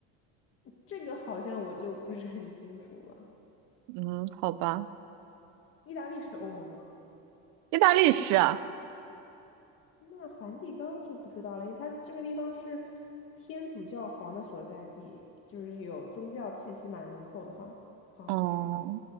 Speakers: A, on the left; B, on the right.
A: <laughs> 这个好像我就不是很清楚了。
B: 嗯，好吧，
A: 意大利是欧盟吗？
B: 意大利是啊，
A: 那梵蒂冈就不知道了，因为它这个地方是天主教皇的所在地，就是有宗教气息蛮浓厚的哈，好像是。
B: 哦，